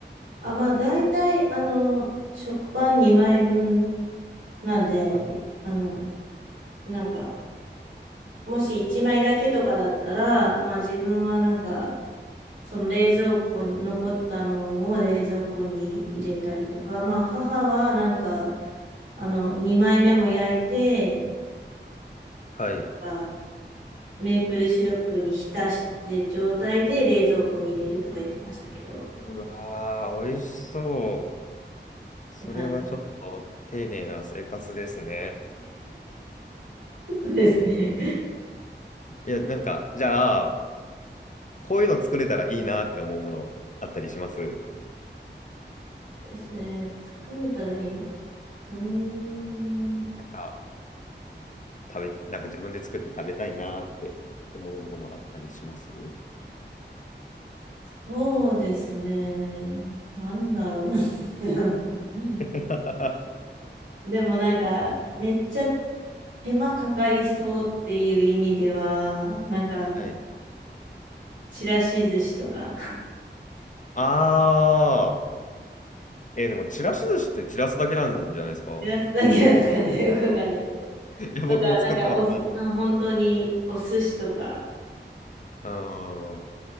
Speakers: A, on the right; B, on the left.
A: あ、まあ、大体、あの、食パン2枚分なんで、
B: あ
A: あの、なんか、もし1枚だけとかだったら、まあ自分はなんか、その冷蔵庫に残ったのを冷蔵庫に入れたりとか、まあ母はなんか、あの、2枚目も焼いて、
B: はい。
A: あメープルシロップに浸して状態で冷蔵庫に入れるとか言ってましたけど、っ
B: うわー、美味しそう。それはちょっと丁寧な生活ですね。
A: て感じです。<laughs> そうですね。
B: いや、なんか、じゃあ、こういうの作れたらいいなって思うものあったりします
A: ですね。作れたらいいな。うーん、
B: なんか食べ、なんか自分で作って食べたいなって思うものあったりします <laughs>
A: そうですね。なんだろうな。<laughs>
B: は
A: でもなんか、めっちゃ手間かかりそうっていう意味では、なんか、
B: い。
A: ちらし寿司とか、<laughs>
B: あー、えーでもちらし寿司って散らすだけなんじゃないですか
A: ちらすだけなんですかね、<laughs> よくわかんないですけど。
B: <laughs> いや、僕も作ったことない。
A: とか、なんかおす、な本当にお寿司とか、
B: あー